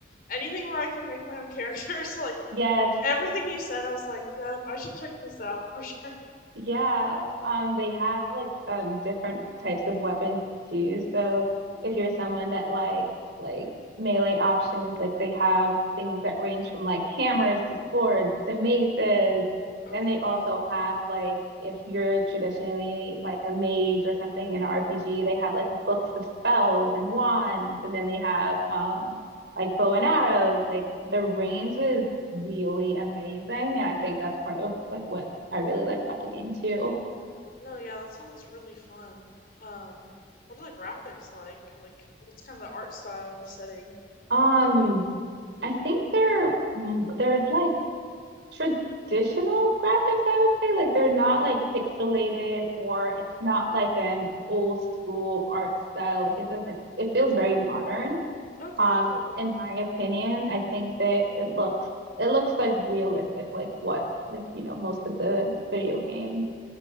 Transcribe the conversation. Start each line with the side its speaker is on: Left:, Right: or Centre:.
Left: anything where I can make my own <laughs> characters. Like,
Right: Yes.
Left: everything you said, I was like, yep, I should check this out for sure.
Right: Yeah, um, they have like um different types of weapons too. So if you're someone that likes like melee options, like they have things that range from like hammers to swords to maces.
Left: Oh,
Right: Then
Left: cool.
Right: they also have like if you're traditionally like a mage or something in an RPG, they have like books of spells and wands, and then they have um like bow and arrows. Like the range is really amazing, and I think that's part of like what I really like about the game too.
Left: No, yeah, that sounds really fun. Um, what are the graphics like? Like, what's kind of the art style or the setting?
Right: Um, I think they're mm, they're like traditional graphics, I would say. Like they're not like pixelated or it's not like an old school art style. Like it doesn't it feels very modern.
Left: Okay,
Right: Um,
Left: cool.
Right: in my opinion, I think that it looks it looks like realistic, like what like you know most of the video games